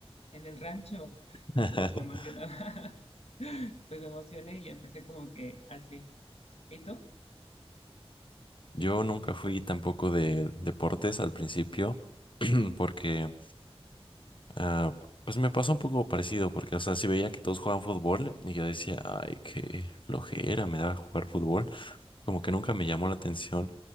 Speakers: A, on the left; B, on the left.
A: en el rancho
B: <laughs>
A: y pues me emocionaba, <laughs> pues me emocioné y empecé como que así. ¿Y tú?
B: Yo nunca fui tampoco de deportes al principio <clears throat> porque ah, pues me pasó un poco parecido porque o sea, si veía que todos jugaban fútbol y yo decía, ay, qué flojera me da jugar fútbol, como que nunca me llamó la atención